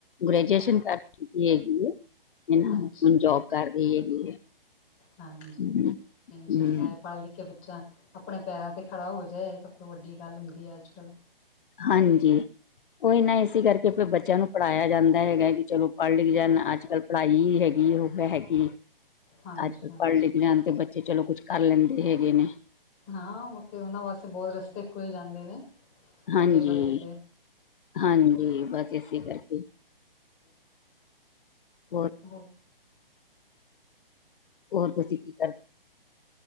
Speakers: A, on the left; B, on the left.
A: ਗ੍ਰੈਜੂਏਸ਼ਨ ਕਰ ਚੁੱਕੀ ਹੈਗੀ ਹੈ ਇਹ ਹੁਣ
B: ਅੱਛਾ
A: ਜੋਬ ਕਰ ਰਹੀ ਹੈਗੀ ਹੈ।
B: ਹਾਂਜੀ
A: ਹਮ
B: ਨਹੀਂ ਚੰਗਾ
A: ਹਮ
B: ਹੈ ਪੜ੍ਹ ਲਿਖ ਬੱਚਾ ਆਪਣੇ ਪੈਰਾਂ ਤੇ ਖੜਾ ਹੋ ਜਾਏ। ਸਭ ਤੋਂ ਵੱਡੀ ਗੱਲ ਹੁੰਦੀ ਹੈ ਅੱਜ ਕੱਲ੍ਹ।
A: ਹਾਂਜੀ। ਉਹੀ ਨਾ ਇਸੀ ਕਰਕੇ ਫਿਰ ਬੱਚਿਆਂ ਨੂੰ ਪੜ੍ਹਾਇਆ ਜਾਂਦਾ ਹੈਗਾ ਕਿ ਚਲੋ ਪੜ੍ਹ ਲਿਖ ਜਾਣ ਅੱਜ ਕੱਲ੍ਹ ਪੜ੍ਹਾਈ ਹੀ ਹੈਗੀ। ਕੀ ਉਹ ਹੈਗੀ
B: ਹਾਂਜੀ
A: ਅੱਜ ਕੱਲ
B: ਹਾਂਜੀ
A: ਪੜ੍ਹ ਲਿਖ ਲਣ ਤੇ ਬੱਚੇ ਚਲੋ ਕੁਛ ਕਰ ਲੈਂਦੇ ਹੈਗੇ ਨੇ
B: ਹਾਂ ਉਹ ਤੇ ਉਹਨਾਂ ਵਾਸਤੇ ਬਹੁਤ ਰਸਤੇ ਖੁੱਲ ਜਾਂਦੇ ਨੇ
A: ਹਾਂਜੀ
B: ਅੱਗੇ ਵਧਣ ਦੇ
A: ਹਾਂਜੀ ਬਸ ਇਸੇ ਗੱਲ ਠੀ ਹੋਰ
B: ਹੋਾਂ
A: ਹੋਰ ਤੁਸੀਂ ਕੀ ਕਰਦੇ